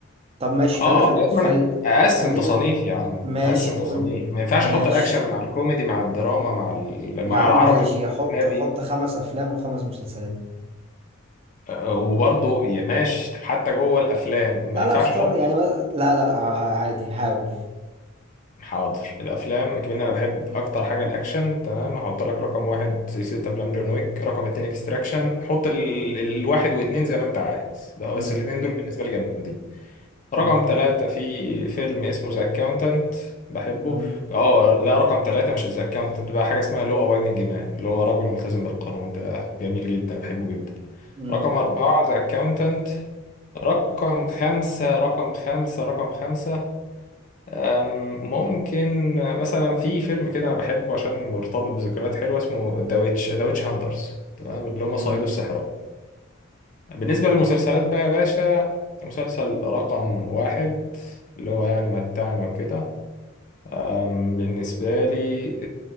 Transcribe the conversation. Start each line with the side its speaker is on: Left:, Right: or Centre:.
Right: طب ماشي
Left: آه
Right: خلينا في ال...
Left: لغاية
Right: خل...
Left: ما أنا أقسم
Right: خلينا
Left: تصانيف يا عم
Right: ماشي
Left: أقسم
Right: قول
Left: تصانيف ما ينفعش
Right: ماشي
Left: أحط الأكشن مع الكوميدي مع الدراما مع ال...
Right: يا
Left: مع
Right: عم
Left: العربي
Right: ماشي
Left: مع
Right: حط
Left: الأجنبي
Right: حط خمس افلام وخمس مسلسلات
Left: آه، وبرضه يا ماشي طب حتى جوه الأفلام ما
Right: لا
Left: ينفعش
Right: لا اختار
Left: أحط
Right: يعني ما... لا لا ع- عادي حاول
Left: حاضر الافلام كمان انا بحب اكتر حاجه الاكشن تمام هحط لك رقم واحد سلسله افلام جون ويك رقم اتنين اكستراكشن حط ال... الواحد واتنين زي ما انت عايز ده هو
Right: مم.
Left: بس الاتنين دول بالنسبه لي جامدين
Right: مم.
Left: رقم تلاتة في فيلم اسمه ذا اكاونتنت بحبه
Right: مم.
Left: اه لا رقم تلاتة مش ذا اكاونتنت بقى حاجه اسمها لو ابايندنج مان اللي هو رجل ملتزم بالقانون ده جميل جدا بحبه جدا
Right: مم.
Left: رقم مم. أربعة ذا أكاونتنت رقم خمسة رقم خمسة رقم خمسة أم، ممكن مثلا في فيلم كده انا بحبه عشان مرتبط بذكريات حلوه اسمه ذا ويتش ذا ويتش هانترز تمام اللي هم
Right: مم.
Left: صائدو السحرة بالنسبه للمسلسلات بقى يا باشا مسلسل رقم واحد اللي هو يعني متعني وكده أم، بالنسبه لي